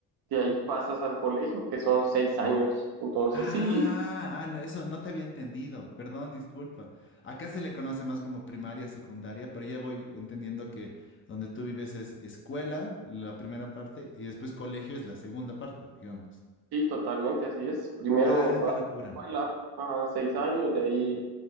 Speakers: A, on the right; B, on the left.
A: de ahí pasas al colegio, que son 6 años. Entonces,
B: Ah,
A: sí,
B: ah, no, eso no te había entendido. Perdón, disculpa. Acá se le conoce más como primaria, secundaria, pero ya voy entendiendo que donde tú vives es escuela, la primera parte, y después colegio es la segunda parte, digamos.
A: Sí, totalmente, así es. Primero
B: Ah,
A: vas
B: qué locura.
A: a la escuela, ajá, seis años, de ahí